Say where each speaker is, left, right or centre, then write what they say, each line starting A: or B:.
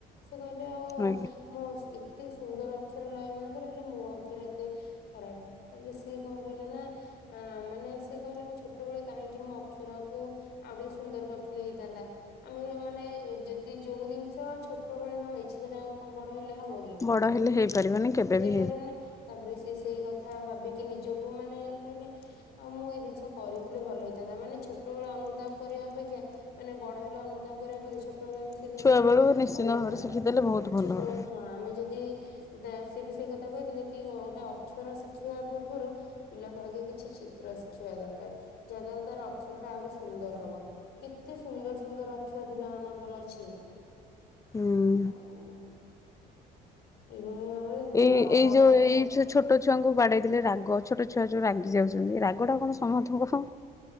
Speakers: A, on the left (about 70°); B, on the left (about 20°).
A: ସେ କହିଲେ ଆଉ
B: ଆଜ୍ଞା
A: ମୋ ଏତେ ସୁନ୍ଦର ଅକ୍ଷର ଲୟରମାନଙ୍କର ହେଲେ ମୋ ଅକ୍ଷର ଏତେ ଖରାପ। ତାପରେ ସିଏ କଣ କଲେ ନା ଆ ମାନେ ସେ କହିଲେ ମୁଁ ଛୋଟବେଳେ କାହିଁକି ମୋ ଅକ୍ଷରକୁ ଆଉ ଟିକେ ସୁନ୍ଦର କରିଥିଲେ ହେଇଥାନ୍ତା। ଆମେ ମାନେ ଯଦି ଯୋଉ ଜିନିଷ ସ ଛଟବେଳେ ନ ହେଇଚ ଚି ସେଟା ଆଉ କଣ ବଡ ହେଲେ ଆଉ ହବ କି?
B: ବଡ ହେଲେ ହେଇପାରିବନି କେବେ
A: ହେଇପାରିବନି।
B: ବି
A: ତାପରେ ସେ ସେଇ କ ଥା ଭାବିକି ନିଜକୁ ମାନେ କହିଲେ ଆଉ ମୁଁ ଏଇ ଜିନିଷ କରିଥିଲେ ଭଲ ହେଇଥାନ୍ତା। ମାନେ ଛୋଟବେଳେ ଅନୁତାପ କରିବା ଅପେକ୍ଷା ମାନେ ବଡ ହେଲା ଅନୁତାପ କରିବା ପାଇଁ ଛୋଟବେଳେ ଆମେ ସେ ଜିନିଷଟା
B: ଛୁଆ ବେଳୁ
A: କରିବା
B: ନିଶ୍ଚିନ୍ତ ଭାବରେ
A: ହଁ
B: ଶିଖିଦେଲେ ବହୁତ ଭଲ
A: ଛୋଟ
B: ହବ।
A: ହଁ ଆମେ ଯଦି ଦ ସିଏ ବି ସେଇ କଥା କହିଥିଲେ କି ଗୋଟେ ଅକ୍ଷର ଶିଖିବା ପୂର୍ବରୁ ପିଲାକୁ ଆଗେ କିଛି ଚିତ୍ର ଶିଖିବା ଦରକାର ଯାହା ଦ୍ଵାରା ତାର ଅକ୍ଷର ଟା ଆହୁରି ସୁନ୍ଦର ହବ। କେତେ ସୁନ୍ଦର ସୁନ୍ଦର ଅକ୍ଷର ପିଲା ମାନଙ୍କର ଅଛି।
B: ହୁଁ।
A: ଆଉ ଏଇଭଳି ଭାବରେ
B: ଏଇ ଏଇ
A: ବଡ
B: ଯୋଉ ଏଇ ଯୋଉ ଛୋଟ ଛୁଆଙ୍କୁ ବାଡେଇଦେଲେ ରାଗ ଛୋଟ ଛୁଆ ଯୋଉ ରାଗି ଯାଉଚନ୍ତି ରାଗଟା କଣ ତମଠୁ ବଡ।